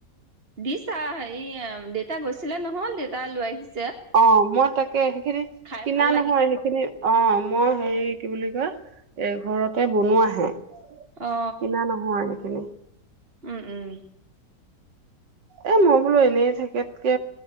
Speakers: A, on the right; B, on the right.
A: দিছা হেৰি দেউতা গৈছিলে নহ দেউতা লৈ আহিছে।
B: অ মই তাক। কে। সেইখিনি
A: খাই
B: কিনা
A: ভাল লাগিল
B: নহয় সেইখিনি অ। মই হেৰি কি বুলি কয় এঘৰতে বনোৱা আহে।
A: অ
B: কিনা নহয়। হো <unintelligible>
A: উম, উম।
B: এ মই বোলো এনেই থাককে।